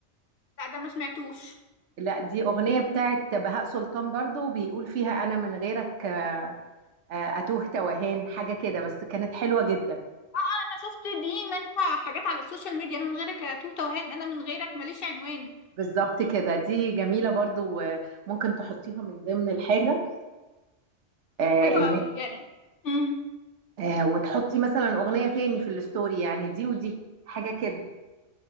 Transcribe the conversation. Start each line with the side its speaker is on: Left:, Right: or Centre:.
Left: لا ده ما سمعتوش
Right: لا دي أغنية بتاعت بهاء سلطان برضو بيقول فيها أنا من غيرك آه، أتوه توهان حاجة كده بس كانت حلوة جدا
Left: انا شفت دي منها حاجات على السوشيال ميديا انا من غيرك يا توته وهان انا من غيرك ماليش عنوان
Right: بالظبط كده دي جميلة برضو آه، ممكن تحطيها من ضمن الحاجة آه،
Left: حلو
Right: اللي
Left: قوي يعني مم.
Right: آه، وتحطي مثلا أغنية تاني في الستوري يعني دي ودي حاجة كده